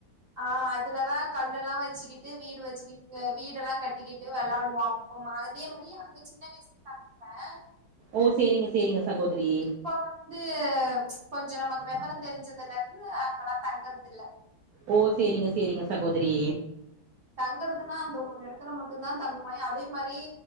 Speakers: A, on the right; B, on the right.
A: ஆ அதுலதா கல்லெல்லா வச்சுகிட்டு வீடு வச்சுகிட் வீடெல்லா கட்டிகிட்டு வெளாடு வோ அப்பம் அதே மாரி அங்க சின்ன வயசு <inaudible>
B: ஓ சேரிங்க சேரிங்க சகோதரி
A: இப்போ வந்து கொ கொஞ்ச நமக்கு வெவரந் தெரிஞ்சதுல இருந்து அங்கெலா தங்கறது இல்ல
B: ஓ சேரிங்க சேரிங்க சகோதரி
A: தங்கறதுனா அந்த ஒரு எடத்துல மட்டுந்தா தங்குவோ அதே மாரி